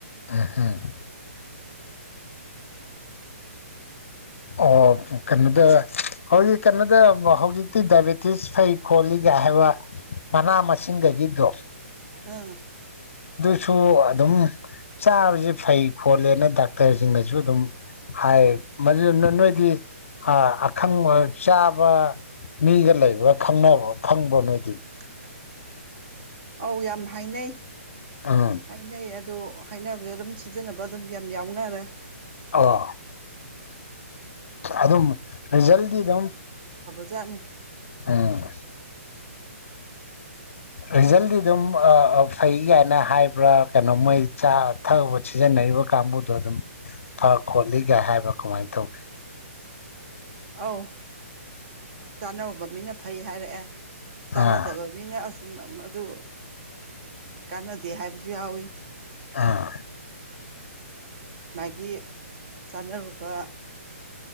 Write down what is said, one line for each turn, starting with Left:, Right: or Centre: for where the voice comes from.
Left: ꯑꯍꯝ <unintelligible>
Right: <inaudible>
Left: ꯑꯣ ꯀꯩꯅꯣꯗ ꯍꯧꯖꯤꯛ ꯀꯩꯅꯣꯗ ꯍꯧꯖꯤꯛꯇꯤ ꯗꯥꯏꯕꯦꯇꯤꯁ ꯐꯩ ꯈꯣꯠꯂꯤꯒ ꯍꯥꯏꯕ ꯃꯅꯥ ꯃꯁꯤꯡꯗꯒꯤꯗꯣ
Right: ꯑꯥ
Left: ꯁꯨ ꯑꯗꯨꯝ ꯆꯥꯕꯁꯦ ꯐꯩ ꯈꯣꯠꯂꯦꯅ ꯗꯥꯛꯇꯔꯁꯤꯡꯅꯁꯨ ꯑꯗꯨꯝ ꯍꯥꯏ ꯃꯗꯨꯅ ꯅꯣꯏꯗꯤ ꯑꯈꯪꯕ ꯆꯥꯕ ꯃꯤꯒ ꯂꯩꯕ꯭ꯔꯥ ꯈꯪꯅꯕ ꯈꯪꯕꯔ‌ꯣ ꯅꯣꯢꯗꯤ
Right: <inaudible> ꯑꯧ ꯌꯥꯝ ꯍꯥꯏꯅꯩ
Left: ꯎꯝ
Right: -ꯍꯥꯏꯅꯩ ꯑꯗꯣ ꯍꯥꯏꯅꯕꯁꯦ ꯑꯗꯨꯝ ꯁꯤꯖꯤꯟꯅꯕ ꯑꯗꯨꯝ ꯌꯥꯝ ꯌꯥꯎꯅꯔꯦ
Left: ꯑꯣ ꯑꯗꯨꯝ ꯔꯤꯖꯜꯗꯤ ꯑꯗꯨꯝ
Right: ꯖꯥꯠꯅꯤ
Left: ꯎꯝ
Right: <inaudible>
Left: ꯔꯤꯖꯜꯗꯤ ꯑꯗꯨꯝ ꯐꯩ ꯀꯥꯏꯅ ꯍꯥꯏꯕ꯭ꯔꯥ ꯀꯩꯅꯣ ꯃꯣꯏ ꯆꯥ ꯊꯛ ꯁꯤꯖꯤꯟꯅꯩ ꯀꯥꯡꯕꯨꯗꯣ ꯑꯗꯨꯝ ꯐ ꯈꯣꯠꯂꯤꯒ ꯍꯥꯏꯕ꯭ꯔ ꯀꯃꯥꯏꯅ ꯇꯧꯒꯦ
Right: ꯑꯧ ꯆꯥꯅꯧꯕ ꯃꯤꯅ ꯐꯩ ꯍꯥꯏꯔꯛꯑꯦ ꯆꯥꯟꯅꯗꯕ
Left: ꯑꯥ
Right: ꯃꯤꯅ ꯑꯁ ꯑꯗꯨ ꯀꯥꯟꯅꯗꯦ ꯍꯥꯏꯕꯁꯨ ꯌꯥꯎꯋꯤ
Left: ꯑ
Right: ꯒꯤ ꯆꯥꯅꯔꯨꯕ